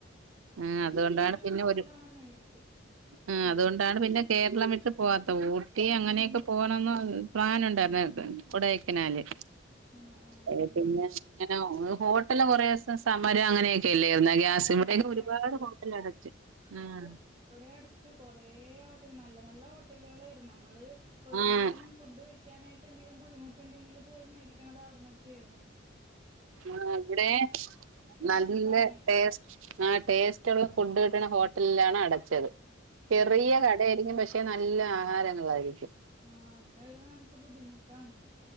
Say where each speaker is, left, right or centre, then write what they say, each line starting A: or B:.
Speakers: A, on the right (about 85°); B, on the right (about 25°).
A: ആ
B: പൈസ
A: അതുകൊണ്ടാണ്
B: അവര്
A: പിന്നെ
B: നല്ലോണം
A: ഒരു
B: മേടിക്കും
A: ആ അതുകൊണ്ടാണ് പിന്നെ കേരളം വിട്ട്- പോവാത്ത ഊട്ടി അങ്ങനെയൊക്കെ പോകണം എന്ന് പ്ലാൻ ഉണ്ടായിരുന്നു കൊടൈക്കനാല്
B: ആ ആ
A: അ പിന്നെ അങ്ങനെ- ഹോട്ടല് കുറേ ദിവസം സമര - മരം അങ്ങനെയൊക്കെയല്ലായിരുന്നെ ഗ്യാസ് ഇവിടെയൊക്കെ
B: ആ
A: ഒരുപാട്
B: ഗ്യാസ് ഇല്ലാത്തോണ്ട്
A: ഹോട്ടല് അടച്ച് ഉം
B: ഓ ഇവിടെ അടച്ചു കൊറെ ഹോട്ടല് നല്ല നല്ല ഹോട്ടലുകളായിരുന്നു. നമ്മള് ഒരു
A: ആഹ്
B: നേരം ഫുഡ് വെക്കാനായിട്ട് എന്തെങ്കിലും ബുദ്ധിമുട്ടുണ്ടെങ്കില് - പോയി മേടിക്കണത് അവിടുന്നൊക്കയായിരുന്നു
A: ആഹ് ഇവിടെ നല്ല
B: പിന്നെ പണിയായി
A: ടേസ് ആ ടേസ്റ്റ്ള്ള ഫുഡ് കിട്ടണ ഹോട്ടലിലാണ് അടച്ചത്. ചെറിയ
B: അതെ
A: കട ഏരിക്കും പക്ഷെ ക്കെ നല്ല ആഹാരങ്ങളായിരിക്കും.
B: ആഹ് അങ്ങനെ വരുമ്പോ നമുക്ക് ബുദ്ധിമുട്ടാണ്.